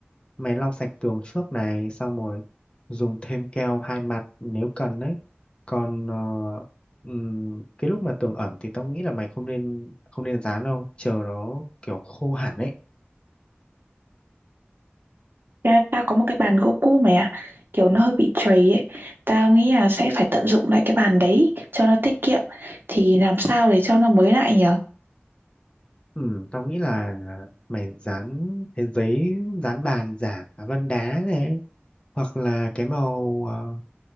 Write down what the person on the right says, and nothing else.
Ra tao có một cái bàn gỗ cũ mày ạ kiểu nó hơi bị trầy ấy tao nghĩ là sẽ phải tận dụng lại cái bàn đấy cho nó tiết kiệm thì làm sao để cho nó mới lại nhở